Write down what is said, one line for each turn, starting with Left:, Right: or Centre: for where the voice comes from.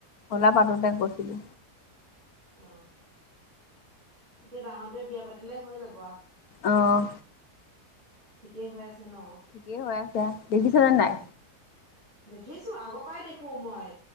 Left: 'লা পাতোতে গৈছিলো
Right: অ এতিয়া ডাঙৰ দয়ে বিয়া পাতিলে হৈ যাব
Left: অ',
Right: ঠিকেই হৈ আছে ন
Left: কি হৈ আছা দেখিছনেে নাই
Right: দেখিছো আগৰ পৰাই দেখো মই